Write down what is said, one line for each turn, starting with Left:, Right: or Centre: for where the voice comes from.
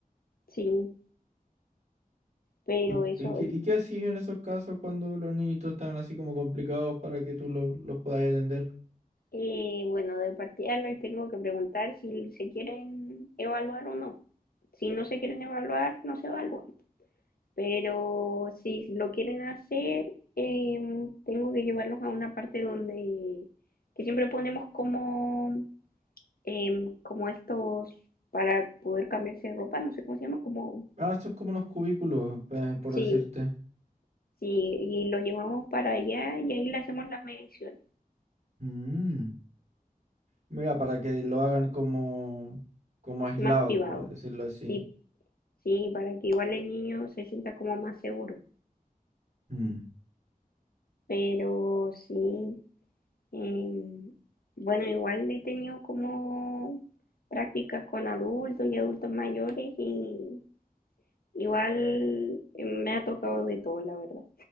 Left: Sí, pero
Right: Uy,
Left: eso,
Right: ¿Y qué, y qué hacías en esos casos cuando los niñitos están así como complicados para que tú lo- los puedas atender?
Left: eh, bueno, de partida les tengo que preguntar si se quieren evaluar o no. Si no se quieren evaluar, no se evalúan. Pero si lo quieren hacer, em, tengo que llevarlos a una parte donde, que siempre ponemos como, em, como estos para poder cambiarse de ropa, no sé cómo se llama, como,
Right: Ah, son como unos cubículos, eh, por
Left: sí.
Right: decirte.
Left: Sí, y lo llevamos para allá y ahí le hacemos las mediciones,
Right: Mm, Mira, para que lo hagan como, como aislados,
Left: más privado.
Right: por decirlo así.
Left: Sí, sí, para que igual el niño se sienta como más seguro.
Right: Mm.
Left: Pero sí, em, bueno, igual he tenido como prácticas con adultos y adultos mayores y igual me ha tocado de todo, la verdad.